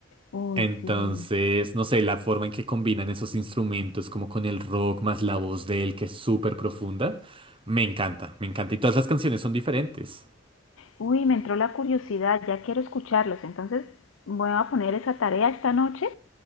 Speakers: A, on the left (about 85°); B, on the right (about 25°).
A: uy,
B: Entonces,
A: sí.
B: no sé, la forma en que combinan esos instrumentos, como con el rock, más la voz de él, que es súper profunda, me encanta, me encanta. Y todas las canciones son diferentes.
A: Uy, me entró la curiosidad, ya quiero escucharlos. Entonces voy a poner esa tarea esta noche